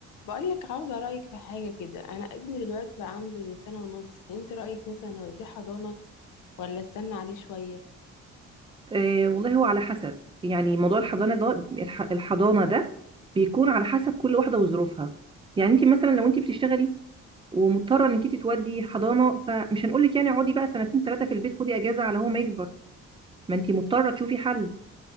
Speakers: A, on the left (about 85°); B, on the right (about 15°).
A: بقولك عاوزة رأيك في حاجة كده أنا ابني دلوقتي بقى عنده سنة ونص فأنت رأيك مثلا أوديه حضانة ولا أستنى عليه شوية
B: آه، والله هو على حسب يعني موضوع الحضانه ده الح- الحضانه ده بيكون على حسب كل واحده وظروفها يعني انت مثلا لو انت بتشتغلي ومضطره انك انت تودي حضانه فمش هنقول لك يعني اقعدي بقى سنتين ثلاثه في البيت خدي اجازه على هو ما يكبر ما انت مضطره تشوفي حل